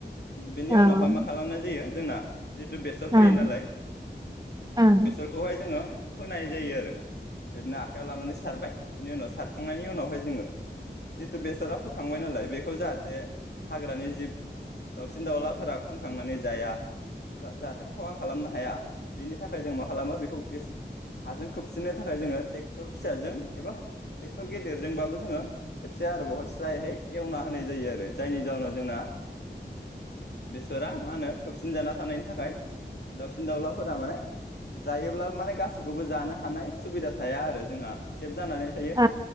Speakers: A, on the left; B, on the right.
A: बिनि उनावहाय
B: ओं
A: मा खालामनाय जायो जोंना जिहेथु बेसर
B: ओं
A: फैयो नालाय
B: ओं
A: बेसरखौहाय जोङो फोनाय जायो आरो ओरैनो आखायाव लानानै सारबाय बेनि उनाव सारखांनायनि उनावहाय जोङो जिथु बेसरा फोखांबाय नालाय बे खौ जाहाथे हाग्रानि जिब दावसिन-दावला फोर खनखांनानै जाया जा-जाहाथे खहा खालामनो हाया बेनि थाखाय जों मा खालामो बेखौ बे हाजों खोबसिननो थाखाय जोङो टे क्टर फिसाजों एबा ट्रेक्टर गेदेरजोंबाबो जोङो खेबसे आरो बावहाय स्रायहै एवनाहो नाय जायो आरो जायनि जाहोनाव जोंना बेसरा मा होनो खोबसिन जाना थानायनि थाखाय दाउसिन-दाउलाफोरा माने जायोब्लाबो माने गासैखौबो जानो हानाय सुबिदा थाया आरो जोंहा से भजानानै थायो
B: औ